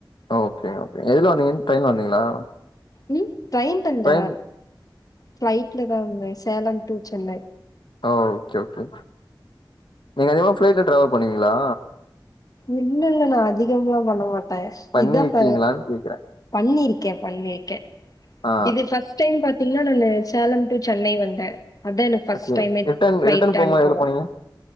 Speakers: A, on the left; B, on the left.
A: ஓகேங்க ஓகேங்க எதுல வந்திங்கன் ட்ரெயின்ல வந்தீங்களா
B: ம் ட்ரெயின்ல இல்ல
A: ட்ரெயின்
B: ஃப்ளைட்லதா வந்தே Salem to Chennai
A: okay okay நீங்க அதிகமா ஃபிளைட்ல டிராவெல் பண்ணுவீங்ளா
B: இல்ல இல்ல நா அதிகம்லா பண்ண மாட்டே
A: பண்ணிருக்கீங்களான்னு
B: இதா ஃப
A: கேக்குறே
B: பண்ணிருக் க்கே பண்ணிருக்கே
A: ஆ
B: இது ஃபஸ்ட் டைம் பாத்தீங்னா நானு சேலம் டு சென்னை வந்தே அதா எனக்கு ஃபஸ்ட்
A: ஓகே
B: டைமே
A: ரிட்டன்
B: ஃப்ளைட்
A: ரிட்டன் போம்போது
B: அனுபவ
A: எதுல போனீங்க